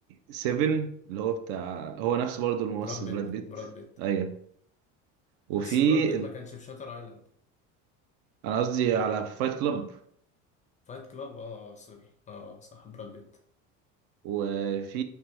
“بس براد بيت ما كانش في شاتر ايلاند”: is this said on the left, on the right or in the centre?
Left